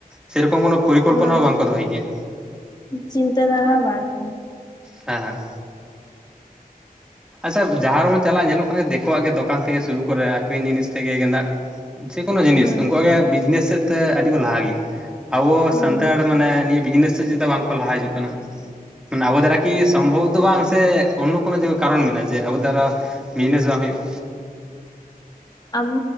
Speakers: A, in the centre; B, on the left.
A: ᱥᱮᱨᱚᱠᱚᱢ ᱯᱚᱨᱤᱠᱚᱞᱯᱚᱱᱟ
B: ᱚᱱᱟ
A: ᱦᱚᱸ ᱵᱟᱝᱠᱚ ᱫᱚᱦᱚᱭ ᱜᱮᱭᱟ
B: ᱪᱤᱱᱛᱟᱹ ᱫᱷᱟᱨᱟ ᱵᱟᱝ ᱠᱟᱱᱟ
A: ᱦᱮᱸ ᱦᱮᱸ ᱟᱪᱪᱷᱟ ᱡᱟᱦᱟᱸ ᱨᱮᱵᱚᱱ ᱪᱟᱞᱟᱜᱼᱟ ᱧᱮᱞᱚᱜ ᱠᱟᱱᱟ ᱫᱤᱠᱩᱣᱟᱜ ᱜᱮ ᱫᱚᱠᱟᱱ ᱛᱷᱮᱠᱮ ᱥᱩᱨᱩ ᱠᱚᱨᱮ ᱟᱠᱷᱨᱤᱧ ᱡᱤᱱᱤᱥ ᱛᱮᱜᱮ ᱜᱮ ᱱᱟᱦᱟᱜ ᱡᱮᱠᱳᱱᱳ ᱡᱤᱱᱤᱥ
B: ᱦᱩᱸ
A: ᱩᱱᱠᱩᱣᱟᱜ ᱜᱮ ᱵᱤᱡᱽᱱᱮᱥ ᱥᱮᱫ ᱛᱮ ᱟᱹᱰᱤ ᱠᱚ ᱞᱟᱦᱟ ᱜᱮᱭᱟ ᱟᱵᱚ
B: ᱦᱩᱸ
A: ᱥᱟᱱᱛᱟᱲ ᱢᱟᱱᱮ ᱱᱤᱭᱟᱹ ᱵᱤᱡᱽᱱᱮᱥ ᱥᱮᱫ ᱪᱮᱫᱟᱜ ᱵᱟᱝᱠᱚ ᱞᱟᱦᱟ ᱦᱤᱡᱩᱜ ᱠᱟᱱᱟ ᱢᱟᱱᱮ ᱟᱵᱚ ᱫᱟᱨᱟ ᱠᱤ ᱥᱚᱢᱵᱷᱚᱵᱽ ᱫᱚ ᱵᱟᱝ ᱥᱮ ᱚᱱᱱᱚ ᱠᱳᱱᱳ ᱡᱚ ᱠᱟᱨᱚᱱ ᱢᱮᱱᱟᱜᱼᱟ ᱡᱮ ᱟᱵᱚ ᱫᱟᱨᱟ ᱵᱤᱡᱱᱮᱥ ᱵᱟᱝ ᱦᱩᱭᱩᱜᱼᱟ
B: ᱟᱵᱚ